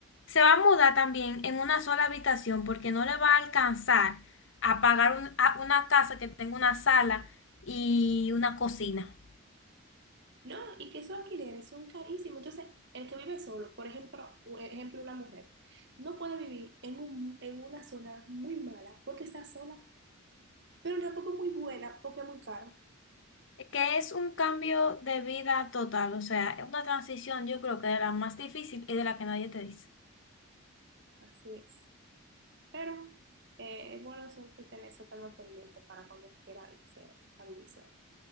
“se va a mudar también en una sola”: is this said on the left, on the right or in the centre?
Left